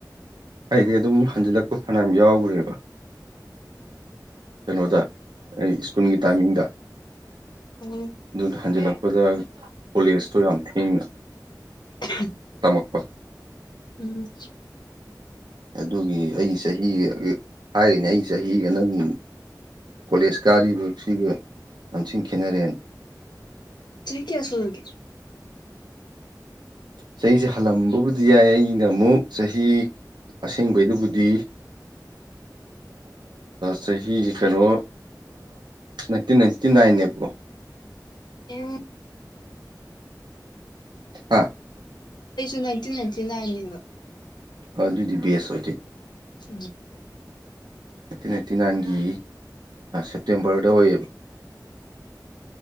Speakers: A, on the right; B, on the left.
A: ꯑꯩꯗꯤ ꯑꯗꯨꯝ ꯍꯟꯖꯤꯜꯂꯛꯄ ꯐꯅꯌꯥꯝ ꯌꯥꯎꯈ꯭ꯔꯦꯕ ꯀꯩꯅꯣꯗ ꯑꯩ ꯁ꯭ꯀꯨꯜꯒꯤ ꯇꯥꯏꯃꯤꯡꯗ
B: ꯎꯝ
A: ꯑꯗꯨꯅ ꯍꯟꯖꯤꯜꯂꯛꯄꯗ ꯀꯣꯂꯦꯖꯇꯣ ꯌꯥꯝ ꯊꯦꯡꯅ
B: ꯎ
A: ꯇꯃꯛꯄ
B: ꯎꯝ
A: ꯑꯗꯨꯒꯤ ꯑꯩ ꯆꯍꯤ ꯍꯥꯏꯔꯤꯅꯦ ꯑꯩ ꯆꯍꯤꯒ ꯅꯪ ꯀꯣꯂꯦꯖ ꯒꯥꯔꯤꯕ ꯁꯤꯒ ꯑꯊ ꯈꯦꯠꯅꯔꯦꯅ
B: ꯇꯏ ꯀꯌꯥꯁꯅꯒꯦ
A: ꯆꯍꯤꯁꯦ ꯍꯜꯂꯝꯕꯕꯨꯗꯤ ꯌꯥꯏ ꯑꯩꯅ ꯑꯃꯨꯛ ꯆꯍꯤ ꯑꯁꯦꯡꯕꯩꯗꯨꯕꯨꯗꯤ ꯆꯍꯤꯁꯤ ꯀꯩꯅꯣ ꯅꯥꯏꯟꯇꯤꯟ ꯅꯥꯏꯟꯇꯤ ꯅꯥꯏꯟꯅꯦꯕꯣ
B: ꯑ
A: ꯍꯥꯥ
B: ꯑꯩꯁꯨ ꯅꯥꯏꯟꯇꯤꯟ ꯅꯥꯏꯟꯇꯤ ꯅꯥꯏꯟꯅꯦꯕ
A: ꯍ ꯑꯗꯨꯗꯤ ꯁꯣ ꯑꯗꯨꯗꯤ
B: ꯎꯝ
A: ꯅꯥꯏꯟꯇꯤꯟ ꯑꯩꯅꯥꯏꯠꯇꯤ ꯅꯥꯏꯟꯒꯤ ꯁꯦꯞꯇꯦꯝꯕꯔꯗ ꯑꯣꯏꯌꯦꯕ